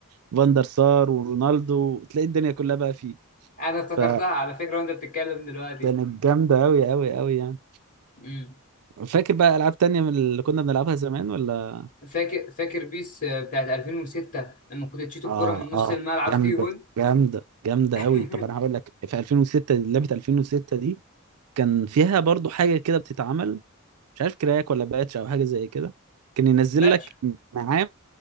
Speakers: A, on the right (about 85°); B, on the left (about 35°).
A: وفاندر سار ورونالدو تلاقي الدنيا كلها بقى فيه
B: انا افتكرتها
A: ف
B: على فكره وانت بتتكلم دلوقتي
A: كانت جامده قوي قوي قوي يعني
B: امم
A: فاكر بقى العاب تانية من اللي كنا بنلعبها زمان ولا
B: فاكر فاكر بيس آه، بتاعت 2006 لما كنت تشيط الكرة
A: اه
B: من نص
A: اه
B: الملعب
A: جامده
B: وتيجي جون
A: جامده جامده
B: <laughs>
A: قوي طب انا هقول لك في 2006 دي- لعبه 2006 دي كان فيها برضو حاجه كده بتتعمل مش عارف كراك ولا باتش او حاجه زي كده كان ينزل
B: باتش
A: لك نعام